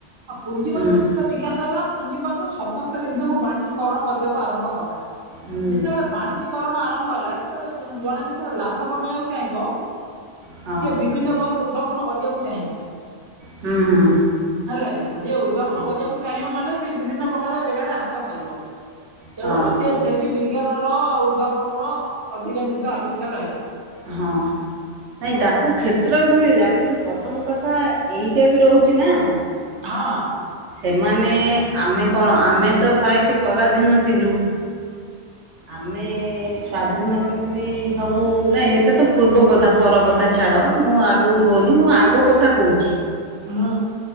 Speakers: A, on the right; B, on the right.
A: ଆଉ ପୁଞ୍ଜିବାଦ
B: ହୁଁ
A: ଯେତେବେଳେ ବିକାଶ ହେଲା ପୁଞିପାଦ ସମସ୍ତ ଜିନିଷକୁ ବାଣିଜ୍ୟକରଣ କରିବାକୁ ଆରମ୍ଭ କଲା।
B: ହୁଁ
A: ଯେତେବେଳେ ବାଣିଜ୍ୟ କରଣ ଆରମ୍ଭ ଯେତେବେଳେ ଜଣେ ଯେତେବେଳେ ଲାଭ କମେଇବାକୁ ଚାହିଁବ।
B: ହଁ
A: ସେ ବିଭିନ୍ନ ବଳ ପଣ କରିବାକୁ ଚାହିଁବ।
B: ହୁଁ ହୁଁ
A: ହେଲା କି ଯ ଉଦ୍ଭାବନ
B: ହୁଁ
A: କରିବାକୁ ଚାହିଁବ ମାନେ ବିଭିନ୍ନ ପ ଜାଗାରେ ହାତ ମାରିବ। ତେଣୁ
B: ହଁ
A: ସେ ସେଠି ବି ବିଜ୍ଞାନର ଉଦ୍ଭାବନର ଅଧିକା ଜିନିଷ ଆବିଷ୍କାର ହେଲା।
B: ହଁ ନାଇଁ ତାଙ୍କୁ କ୍ଷେତ୍ର ବି ମିଳିଲା କିନ୍ତୁ ପ୍ରଥମ କଥା ଏଇଟା ବି ରହୁଛି ନାଁ
A: ହଁ।
B: ସେମାନେ ଆମେ କଣ ଆମେ ତ ଫାଷ୍ଟ ପରାଧୀନ ଥିଲୁ ଆମେ ସ୍ଵାଧୀନ କେମିତି ହବୁ ନାଇଁ ଏଇଟା ତ ପୂର୍ବ କଥା ପର କଥା ଛାଡ଼ ମୁଁ ଆଗକୁ କହୁନି ମୁଁ ଆଗ କଥା କହୁଚି
A: ହଁ।